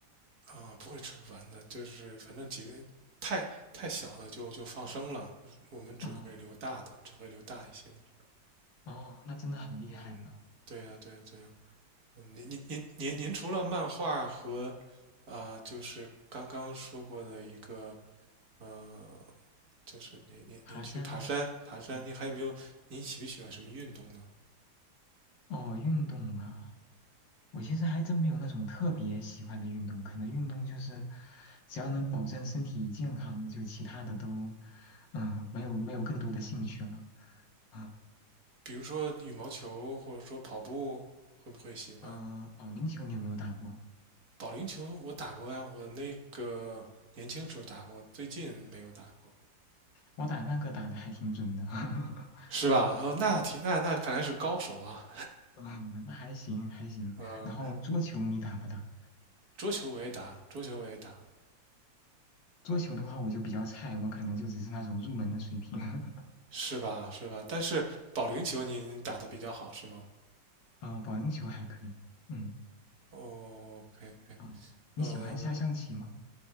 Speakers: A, on the right (about 55°); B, on the left (about 70°).
A: 啊、不会吃不完的。就是反正几个太太小的就就放生了，我们只会留大的，
B: 哦
A: 只会留大一些的鱼。
B: 哦，那真的很厉害呢。
A: 嗯，对呀、对呀、对呀、嗯，您您您您您除了漫画和啊、就是刚刚说过的一个呃，就是您您您去爬山，
B: 爬山，
A: 爬山，
B: 哦，
A: 您还有没有？您喜不喜欢什么运动呢？
B: 哦运动啊。我其实还真没有那种特别喜欢的运动，可能运动就是只要能保证身体健康，就其他的都，嗯、没有没有更多的兴趣了。啊、
A: 比如说羽毛球，或者说跑步，会不会喜欢？
B: 嗯、保龄球你有没有打过？
A: 保龄球我打过呀，我那个年轻时候打过，最近没有打过，
B: 我打那个打的还挺准的，<laughs>
A: 是吧？哦，那挺那那看来是高手啊。
B: 嗯，那还行还行。
A: 嗯、
B: 然后桌球你打不打？
A: 桌球我也打，桌球我也打，
B: 桌球的话我就比较菜，我可能就只是那种入门的水平。<laughs>
A: 是吧？是吧？但是保龄球您打得比较好，是吗？
B: 嗯、保龄球还可以。嗯，
A: 哦，OK OK，
B: 啊、你喜欢下象棋吗？
A: 呃，